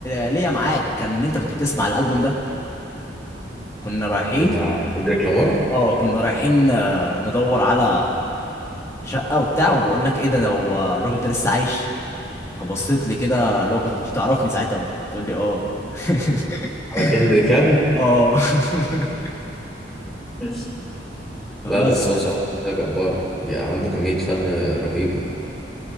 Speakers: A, on the left; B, in the centre.
A: آه، ليا معاك كان ان انت كنت بتسمع الالبوم ده كنا رايحين
B: بتاع كندريك لامار
A: اه كنا رايحين آه، ندور على شقه وبتاع وبقول لك ايه ده انا هو الراجل ده لسه عايش فبصيت لي كده لو كنت كنت تعرفني ساعتها بتقول لي اه <laughs>
B: على كندريك يعني
A: اه <laughs>
B: <laughs>
A: فبس
B: لا بس هو
A: يا
B: بصراحة
A: اسطى.
B: شخصية جبارة بيبقى عنده كمية فن رهيبة